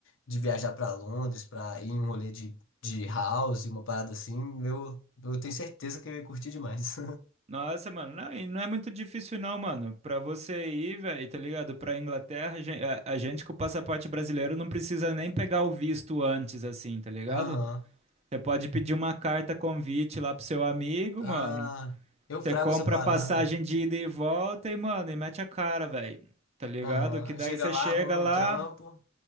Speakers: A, on the left (about 85°); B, on the right (about 35°).
A: de viajar pra Londres, pra ir em um rolê de, de house, uma parada assim, eu, eu tenho certeza que eu ia curtir demais.
B: Nossa, mano, não, e não é muito difícil não, mano. Pra você ir, velho, tá ligado? Pra Inglaterra, a gen- a- a gente com o passaporte brasileiro não precisa nem pegar o visto antes, assim, tá ligado?
A: <laughs> Aham.
B: Você pode pedir uma carta convite lá pro seu amigo,
A: Ah,
B: mano.
A: eu
B: Você
A: frago
B: compra
A: essa parada.
B: a passagem de ida e volta e, mano, e mete a cara, velho. Tá ligado?
A: Aham.
B: Que daí
A: Chega
B: você
A: lá,
B: chega
A: arruma
B: lá,
A: um trampo.